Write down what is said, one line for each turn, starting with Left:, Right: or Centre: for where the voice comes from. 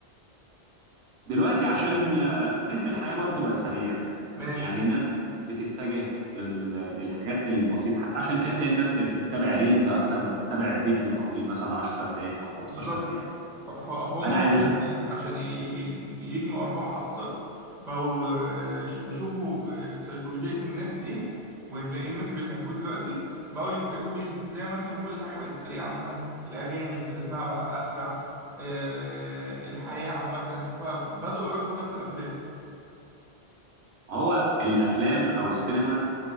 Right: دلوقتي عشان آه، رتم الحياة برضو بقى سريع
Centre: ماشي
Right: يعني الناس بتتجه لل- للحاجات البسيطة حتى عشان كده تلاقي الناس بقت بتتابع ريلز أكتر ما تتابع فيديو طويل مثلا 10 دقايق أو 15
Centre: بالظبط
Right: دقيقة
Centre: ف- ف- فهم
Right: أنا عايز
Centre: مثلا
Right: أشوف
Centre: عشان ي- ي- يجنوا أرباح أكتر بقوا آه، ش- بيشوفوا آه، سيكولوجية الناس إيه واللي الناس اللي بيحبوه دلوقتي بقوا يتجهوا ليه زي مثلا ما كل حاجة بقت سريعة مثلا الأغاني رتمها بقى أسرع آه، الحياة عامة فبدأوا يواكبوا ده في الأفلام
Right: هو الأفلام أو السينما